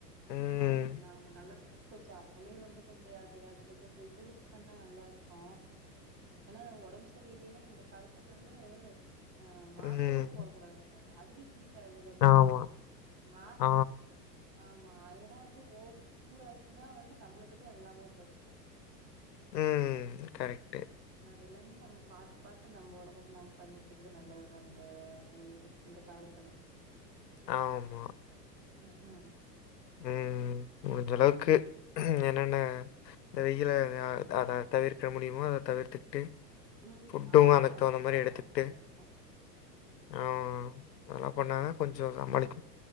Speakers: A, on the left; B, on the right.
A: ம்,
B: அவங்க அவங்க நல்லதுக்கு கொஞ்சோ அவங்களே வந்து கொஞ்சோ அது அதுல கொஞ்சோ இது எடுத்து பண்ணா நல்லாருக்கு ஏனா ஒடம்பு சரி இல்லீன்னா இந்த காலத்துக் வந்து ஆ மாத்துர
A: ம்.
B: கூட போட கூடாதுங்றாங்க அதுலையே ஹீட் ஆகுது அப்டிங்குறாங்க
A: ஆமா.
B: மாத்
A: ஆ.
B: ஆமா ஏனா வந்து ஓவர் சூடாச்சுன்னா வந்து நம்மளுக்குதா எல்லாமே ப்ரச்சன
A: உம் கரெக்ட்டு
B: அது எல்லாமே நம்ம பாத்து பாத்து நம்ம ஒடம்புக்கு நம்ம பண்ணிக்குறது நல்லது தான தெவ இந்த காலத்துல
A: ஆம்மா
B: உம் உம்
A: உம் முடிஞ்ச அளவுக்கு ம் என்னென்ன இந்த வெயில அத தவிர்க்க முடியுமோ அத தவிர்த்துட்டு
B: ம்
A: ஃபுட்டு
B: ஆமா
A: அதுக்
B: கண்டிப்பா
A: தகுந்த மாரி
B: அத
A: எடுக்திட்டு
B: நம்ம பண்ணிக்கணு
A: ஆமா அதெல்லா பண்ணாங்க
B: ம்
A: கொஞ் சோ சமாளிக்க